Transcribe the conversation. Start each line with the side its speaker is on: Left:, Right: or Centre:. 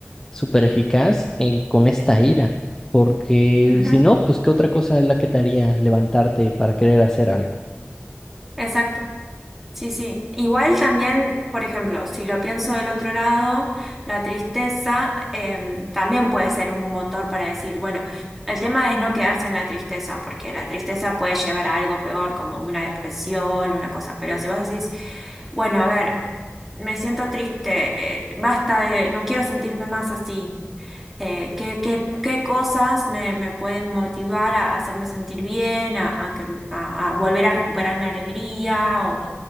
Left: súper eficaz en- con esta ira, porque
Centre: ujú,
Left: si no, pues ¿qué otra cosa es la que te haría levantarte para querer hacer algo?
Centre: exacto. Sí, sí. Igual también, por ejemplo, si lo pienso del otro lado, la tristeza em, también puede ser un motor para decir, bueno, el tema es no quedarse en la tristeza, porque la tristeza puede llevar a algo peor, como una depresión, una cosa. Pero si vos decís, bueno, a ver, me siento triste, eh, basta de, no quiero sentirme más así. eh, qué, qué- qué cosas me, me pueden motivar a hacerme sentir bien, a, a que, a, a volver a recuperar mi alegría, o